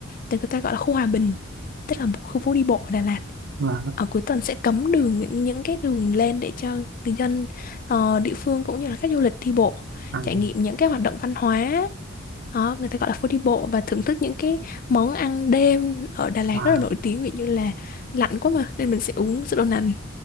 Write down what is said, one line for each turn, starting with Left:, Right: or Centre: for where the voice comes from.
Left: tên người ta gọi là khu Hòa Bình tức là một khu phố đi bộ ở Đà Lạt ấy.
Right: vâng
Left: ở cuối tuần sẽ cấm đường những, những cái đường lên để cho người dân ờ, địa phương cũng như là khách du lịch đi bộ
Right: vâng
Left: trải nghiệm những cái hoạt động văn hóa đó, người ta gọi là phố đi bộ và thưởng thức những cái món ăn đêm ở Đà Lạt
Right: và
Left: rất là nổi tiếng ví dụ như là lạnh quá mà nên mình sẽ uống sữa đậu nành